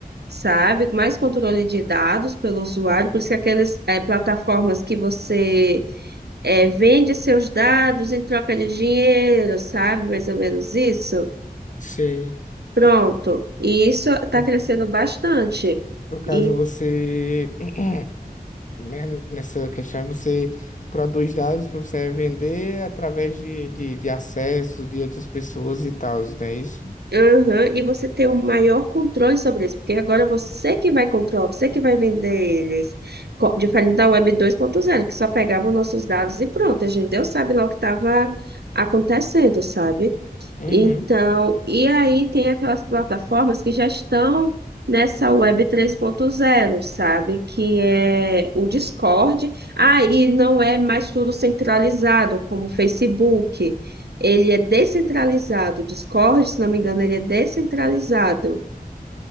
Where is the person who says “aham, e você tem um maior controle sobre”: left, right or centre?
Right